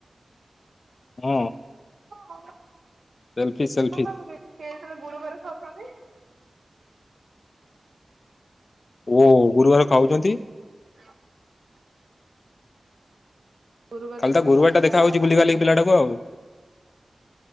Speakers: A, on the left; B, on the right.
A: ହଁ।
B: <unintelligible>
A: ସେଲଫି ସେଲ
B: ନାଖନ୍ତୁ କେହି ସିଏ ଯେତେବେଳେ ଗୁରୁବାରେ ଖାଉଛନ୍ତି।
A: ଓ ଗୁରୁବାରେ ଖାଉଛନ୍ତି?
B: <inaudible> ଗୁରୁବାର
A: ଖାଲି
B: ଯେତେବେଳେ
A: ତ ଗୁରୁବାରଟା
B: ଖାଉଛନ୍ତି
A: ଦେଖା
B: ମୁଁ
A: ହଉଛି
B: ମନା
A: ବୁଲି
B: କରୁଛି
A: ବାଲିକି ପିଲାଟାକୁ ଆଉ।